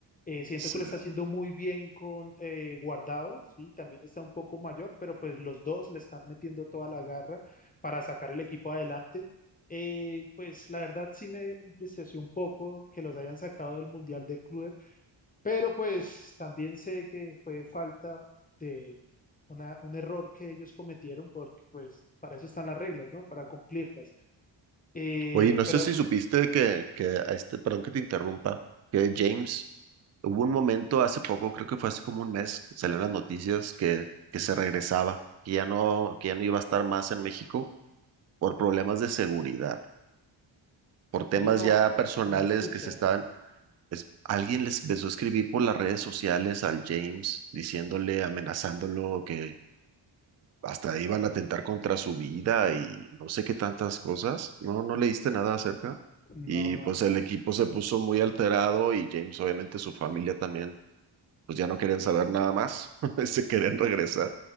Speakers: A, on the left; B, on the right.
A: Eh, siento
B: Sí.
A: que lo está haciendo muy bien con eh, Guardado, sí, también está un poco mayor, pero pues los dos le están metiendo toda la garra para sacar el equipo adelante. Eh, pues la verdad sí me impresionó un poco que los hayan sacado del Mundial de Clubes pero pues también sé que fue falta de una, un error que ellos cometieron porque pues para eso están las reglas, ¿no? Para cumplirlas. Eh,
B: Oye, no
A: pero
B: sé si supiste que, que a este, perdón que te interrumpa, que James, hubo un momento hace poco, creo que fue hace como un mes, salieron las noticias que, que se regresaba, que ya no, que ya no iba a estar más en México por problemas de seguridad, por temas
A: sí, no,
B: ya personales
A: no la escuché.
B: que se estaban, es- alguien les empezó a escribir por las redes sociales al James, diciéndole, amenazándolo, que hasta iban a atentar contra su vida y no sé qué tantas cosas. No, no leíste
A: Es-
B: nada acerca.
A: No,
B: Y
A: no,
B: pues
A: no.
B: el equipo se puso muy alterado y James, obviamente su familia también, pues ya no querían saber nada más, <laughs> se querían regresar.